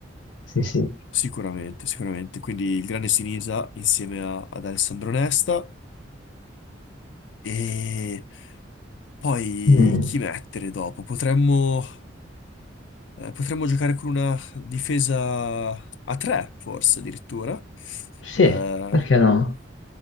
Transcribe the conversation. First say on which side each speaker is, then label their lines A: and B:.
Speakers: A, on the left; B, on the left.
A: Sì, sì.
B: Sicuramente, sicuramente. Quindi il grande Sinisa insieme a- ad Alessandro Nesta e poi
A: Mm,
B: chi mettere dopo? Potremmo... Eh, potremmo giocare con una difesa a tre, forse addirittura,
A: sì,
B: Eh,
A: perché no?